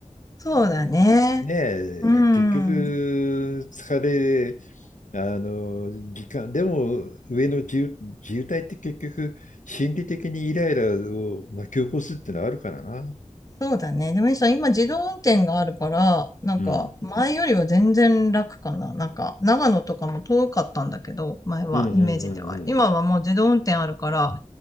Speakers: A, on the left; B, on the left.
A: そうだね。
B: うんねえ、
A: うん。
B: 結局疲れ、あの、時間、でも上の自由、自由体って結局心理的にイライラを巻き起こすっていうのはあるからな。
A: そうだね。でもいいさ、今自動運転があるから、なんか前よりは全然楽かな。
B: うん。
A: なんか長野とかも遠かったんだけど、前はイメージでは。
B: うんうんうんうん。
A: 今はもう自動運転あるから、